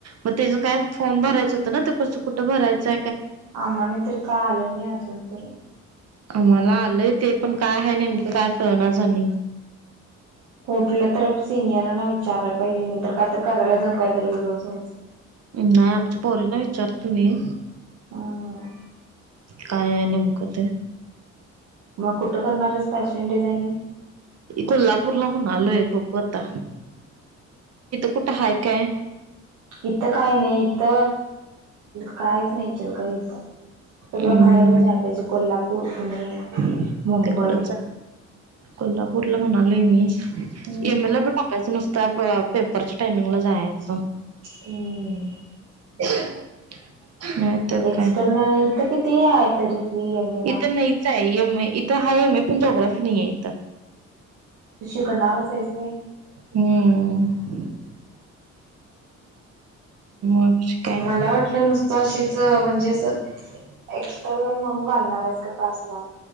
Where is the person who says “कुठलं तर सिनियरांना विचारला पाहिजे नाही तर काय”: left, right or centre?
Right